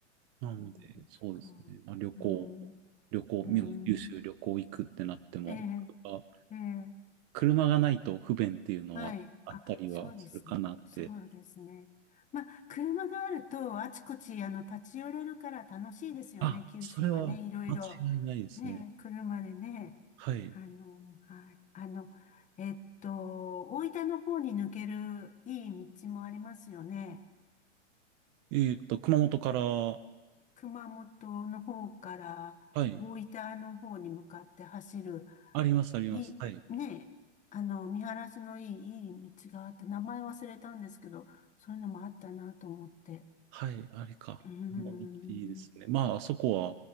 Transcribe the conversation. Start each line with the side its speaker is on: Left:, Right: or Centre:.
Right: なんで、
Left: そうですか。
Right: そうですね。
Left: うーん。
Right: まあ、旅行、旅行、
Left: うーん。
Right: 宮崎九州旅行行くってなっても、
Left: ええ、
Right: あ
Left: ええ、
Right: 車がないと不便っていうのはあったりはするかなって。
Left: はい。あ、そうですね。そうですね。まあ、車があると、あちこち、あの、立ち寄れるから楽しいですよね、
Right: あ、
Left: 九州はね、
Right: それは間違いないですね。
Left: いろいろ。ね、車でね、
Right: はい。
Left: あの、はい、あの、えっと、大分の方に抜けるいい道もありますよね。
Right: えっと、熊本から、は
Left: 熊本の方から大分の方に向かって走る、
Right: い。あります、あります。
Left: いい、
Right: はい。
Left: ね、あの、見晴らしのいい、いい道があって、名前忘れたんですけど、そういうのもあったなと思って。
Right: はい、あれか。
Left: うーん、
Right: あの、いいですね。まあ、あそこは、